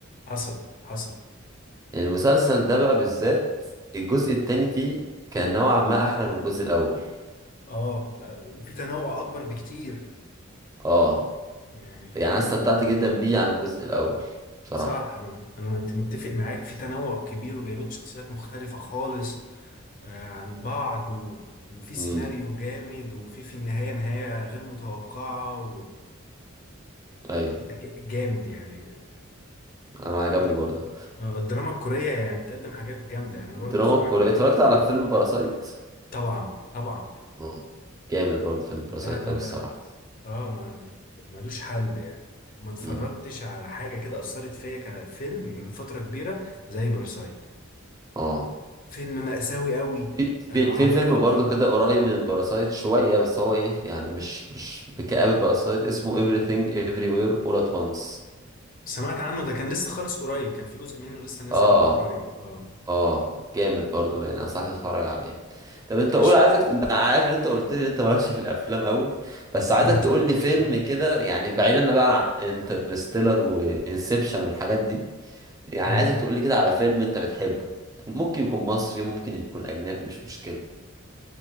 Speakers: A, on the left; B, on the right.
A: حصل حصل
B: يعني المسلسل ده بقى بالذات الجزء التاني فيه كان نوعا ما احلى من الجزء الاول
A: اه آه، وفي تنوع اكبر بكتير
B: اه
A: يعني فاهمني
B: يعني انا استمتعت جدا بيه عن الجزء الاول بصراحه
A: صح انا أنا مت- متفق معاك في تنوع كبير وجايبين شخصيات مختلفة خالص آه، عن بعض و... وفي سيناريو
B: امم
A: جامد وفي في النهاية نهاية غير متوقعة و...
B: ايوه
A: لا، ج- جامد يعني
B: انا عجبني
A: الد-
B: برضه
A: آه، الدراما الكورية يعني بتقدم حاجات جامدة يعني انا
B: الدراما
A: برضو اتفرجت
B: الكورية اتفرجت على فيلم باراسايت
A: طبعا طبعا
B: آه. جامد برضه فيلم باراسايت
A: ده ده
B: أوي
A: ده
B: الصراحة
A: اه ما ملوش حل يعني ما اتفرجتش
B: امم
A: على حاجة كده أثرت فيا كفيلم من فترة كبيرة زي باراسايت
B: اه
A: فيلم مأساوي قوي
B: في في
A: آه،
B: في
A: عميق
B: فيلم
A: قوي
B: برضه كده قريب من باراسايت شوية بس هو ايه يعني مش مش بكآبة باراسايت اسمه Everything Everywhere All at Once
A: سمعت عنه ده كان لسه خالص قريب كان في جزء منه لسه نازل
B: اه
A: اه قريب اه
B: اه جامد برضه يعني انصحك تتفرج عليه طب انت قول
A: قشطة
B: عايزك انت عارف ان انت قلت لي ان انت مالكش في الافلام قوي بس عايزك
A: أمم،
B: تقول لي فيلم كده يعني بعيدا بقى عن انترستيلر وانسبشن والحاجات دي يعني
A: أمم،
B: عايزك تقولي كده على فيلم انت بتحبه ممكن يكون مصري ممكن يكون اجنبي مش مشكلة